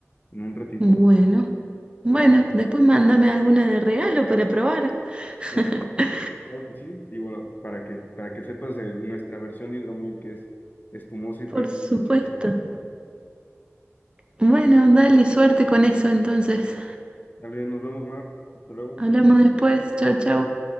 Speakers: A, on the left; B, on the right.
A: en un ratito.
B: Bueno, bueno,
A: Entonces,
B: después mándame alguna de regalo para probar. <laughs>
A: claro, claro que sí. Digo, para que, para que sepas de nuestra versión de hidromiel que es espumosa y fresca.
B: Por supuesto.
A: como-
B: Bueno, dale suerte con eso entonces.
A: Dale, nos vemos, Mar. Hasta luego.
B: Hablamos después. Chau, chau.